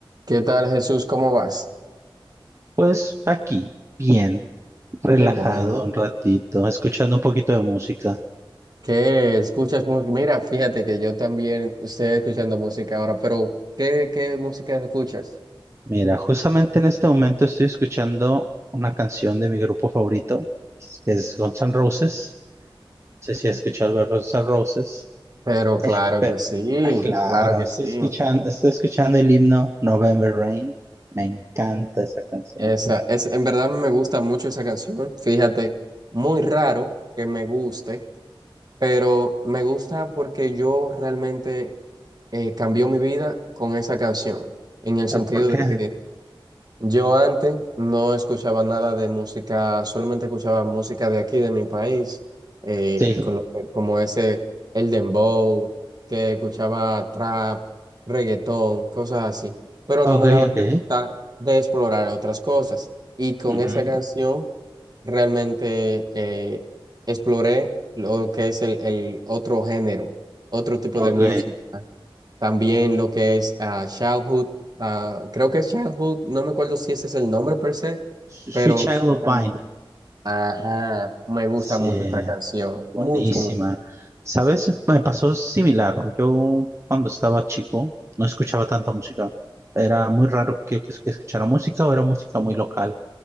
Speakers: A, on the right (about 50°); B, on the right (about 30°).
A: ¿Qué tal, Jesús? ¿Cómo vas?
B: Pues aquí, bien, relajado
A: Qué bueno.
B: un ratito, escuchando un poquito de música.
A: ¿Qué escuchas música? Mira, fíjate que yo también estoy escuchando música ahora, pero ¿qué, qué música escuchas?
B: Mira, justamente en este momento estoy escuchando una canción de mi grupo favorito, que es Guns N' Roses. No sé si has escuchado algo de Guns N' Roses.
A: Pero claro
B: Eh, pero,
A: que sí,
B: ah, claro,
A: claro que
B: estoy
A: sí.
B: escuchando, estoy escuchando el himno November Rain. Me encanta esa canción.
A: Esa, es, en verdad me gusta mucho esa canción. Fíjate, muy raro que me guste, pero me gusta porque yo realmente eh, cambió mi vida con esa canción, en el sentido
B: Eh, ¿Por qué?
A: de que Yo antes no escuchaba nada de música, solamente escuchaba música de aquí, de mi país, eh,
B: Sí,
A: con lo que- como ese, el dembow, que escuchaba trap, reggaetón, cosas así, pero
B: ok,
A: no me daba la
B: ok.
A: libertad de explorar otras cosas. Y con
B: Ujú,
A: esa canción realmente eh, exploré lo que es el, el otro género, otro tipo
B: Ok.
A: de música. También lo que es ah, Childhood, ah, creo que es Childhood, no me acuerdo si ese es el nombre per se,
B: Sweet
A: pero
B: Child
A: sí
B: of
A: también.
B: Mine.
A: Ajá, me gusta
B: Sí.
A: mucho esta canción,
B: Buenísima.
A: mucho, mucho.
B: ¿Sabes? Me pasó similar. Yo cuando estaba chico no escuchaba tanta música. Era muy raro que yo que escuchara música o era música muy local.